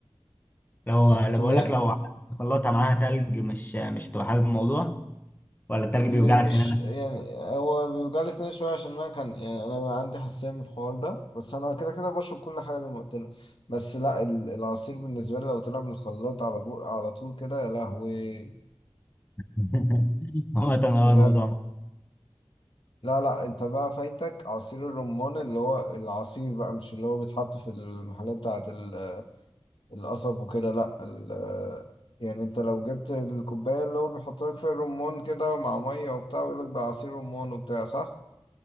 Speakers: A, on the left; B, on the left.
A: لو لو
B: تقول
A: بقول
B: إيه؟
A: لك لو خلطها معاها تلج مش مش هتبقى حابب الموضوع ولا التلج بيوجع
B: م-
A: لك
B: مش
A: سنانك
B: يعني هو بيوجعلي سناني شوية عشان أنا كان يعني أنا عندي حساسية من الحوار ده بس أنا كده كده بشرب كل حاجة زي ما قلت لك بس لا ال- العصير بالنسبة لي لو طلع من الخلاط على بو على طول كده يا لهوي
A: <laughs> عامة
B: بجد
A: هو الموضوع
B: لا لا أنت بقى فايتك عصير الرمان اللي هو العصير بقى مش اللي هو بيتحط في المحلات بتاعة ال- القصب وكده لا ال- يعني انت لو جبت الكوباية اللي هو بيحط لك فيها الرمان كده مع مية وبتاع ويقول لك ده عصير رمان وبتاع صح؟